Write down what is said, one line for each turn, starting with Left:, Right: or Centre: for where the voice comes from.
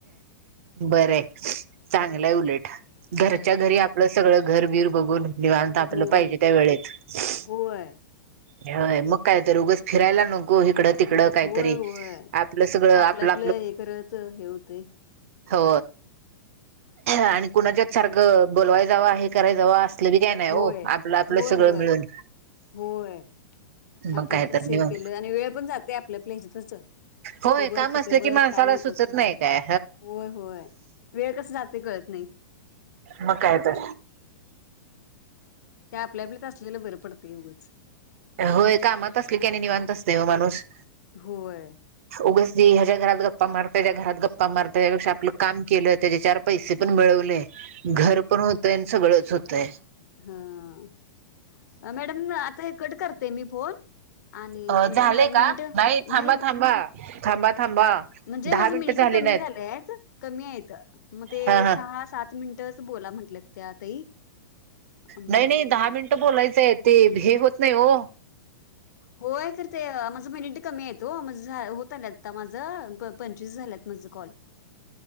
Right: बरय चांगलंय उलट घरच्या
Left: ह
Right: घरी आपलं सगळं घरबीर बघून निवांत आपलं
Left: हो
Right: पाहिजे त्यावेळे वेळेत
Left: होय.
Right: हॊय. मग काय तर, उगच फिरायला नको. इकडं तिकडं काहीतरी
Left: होय होय.
Right: आपलं सगळं
Left: आपलं-आपलं
Right: आपलं
Left: हे करायचं हे होतयं.
Right: हो आणि कुणाच्यात सारखं बोलवाय जावं आहे. करायच व असलं बि काय नाही हो
Left: होय,
Right: आपलं आपलं
Left: होय,
Right: सगळं
Left: होय,
Right: मिळून
Left: होय.
Right: मग
Left: आपल
Right: काय
Left: तस
Right: तर
Left: हे
Right: निवांत
Left: केलं. आणि वेळ पण जाते आपल्या आपल्या हच्यातच.
Right: होय
Left: ईथं बस
Right: काम
Left: तिथ
Right: असलं
Left: बस
Right: की माणसाला
Left: काय नकोच
Right: सुचत
Left: ते.
Right: नाही काय
Left: होय होय वेळ कस जात ते कळत नाही.
Right: मग काय तर.
Left: आपल्या आपल्यात असलेलं बरं पडते ए उगंच.
Right: होय कामात असली कनि निवांत असत व माणूस.
Left: होय,
Right: उगच ह्याच्या घरात गप्पा मारत त्यांच्या घरात गप्पा मार. त्यांच्यापेक्षा आपलं काम केलं त्याचे चार पैसे पण मिळवले घर पण होतोय. न सगळंच होतय.
Left: हा मॅडम आता हे कट करते मी फोन. आणि
Right: अ
Left: म्हणजे
Right: झालंय
Left: म
Right: का
Left: मिनिट
Right: थांबा
Left: नाही
Right: थांबा थांबा थांबा.
Left: अ म्हणजे
Right: दहा
Left: माझ
Right: मिनिटं
Left: मिनिट
Right: झाली
Left: कमी
Right: नाहीत
Left: झालेत. कमी आहेत. मग ते
Right: हा हा
Left: सहा सात मिनटच बोला म्हटलेत. त्या ताई अं,
Right: नाही नाही दहा मिनटं बोलायचंय आहे. ते हे होत नाही हो.
Left: होय करतेय माझं मिनिट कमी आहेत हो माझ होत्याल आता माझ पंचवीस झाल्यात माझ कॉल.